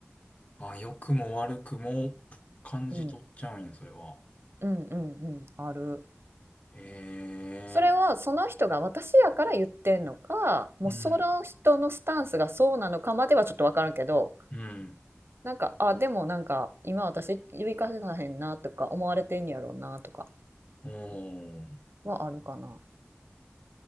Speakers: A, on the left; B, on the right.
A: あ、良くも悪くも感じ取っちゃうんや、
B: うん、
A: それは。
B: うんうんうんある
A: へ
B: それはその人が私やから言ってんのかもうその人のスタンスがそうなのかまではちょっとわからんけど
A: え、うん、うん、
B: なんかあでもなんか今私言い返せたへんなとか思われてんやろうなとか
A: おー。
B: はあるかな